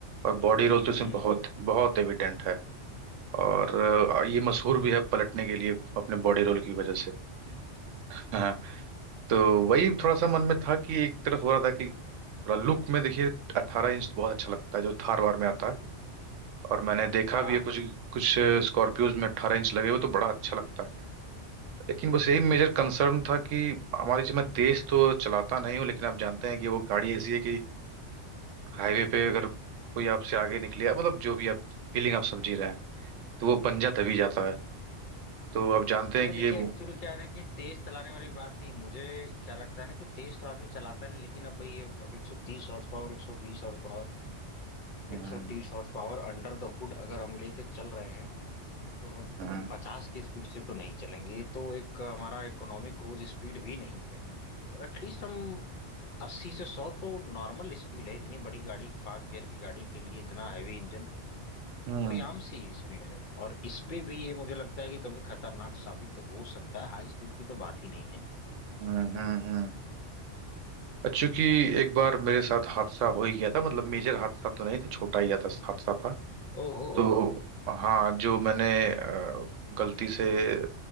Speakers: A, on the right (about 80°); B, on the left (about 60°).
A: और बॉडी रोल तो
B: हम्म
A: इसमें बहुत बहुत एविडेंट है और अ, ये मशहूर भी है पलटने के लिए अपने बॉडी रोल की वजह से हाँ तो वही थोड़ा सा मन में था कि एक तरफ हो रहा था कि थोड़ा लुक में देखिए 18 इंच बहुत अच्छा लगता है जो थार वार में आता है और मैंने देखा
B: <laughs>
A: भी है कुछ
B: हाँ
A: कुछ स्कॉर्पियोज में 18 इंच लगे हुए तो बड़ा अच्छा लगता है लेकिन बस यही मेजर कंसर्न था कि हमारी मैं तेज तो चलाता नहीं हूँ लेकिन आप जानते हैं कि वो गाड़ी ऐसी है कि हाईवे पे अगर कोई आपसे आगे निकले या मतलब जो भी आप फीलिंग आप समझ ही रहे हैं तो वो पंजा दबी जाता है तो आप जानते
B: नहीं
A: हैं कि
B: देखिए एक्चुअली क्या है ना कि तेज चलाने वाली बात नहीं मुझे क्या लगता है ना कि तेज तो आदमी चलाता नहीं लेकिन अब भाई ये अब 130 horse power 120 horse power
A: ये
B: 130 horse power under the hood अगर हम लेके चल रहे हैं तो अब
A: हम्म
B: 50 की स्पीड से तो नहीं चलेंगे ये तो एक हमारा इकोनॉमिक क्रूज स्पीड भी नहीं है तो एटलीस्ट हम 80 से 100 तो नॉर्मल स्पीड है इतनी बड़ी गाड़ी पांच गियर की गाड़ी के लिए इतना हैवी इंजन
A: हम्म
B: बड़ी आम सी स्पीड है और इस पे भी ये मुझे लगता है कि कभी खतरनाक साबित तो हो सकता है हाई स्पीड की तो बात ही नहीं है
A: हम्म हम्म। और चूंकि एक बार मेरे साथ हादसा हो ही गया था मतलब मेजर हादसा तो नहीं था छोटा ही था हादसा था
B: ओहो
A: तो हाँ जो मैंने अ, गलती से अ,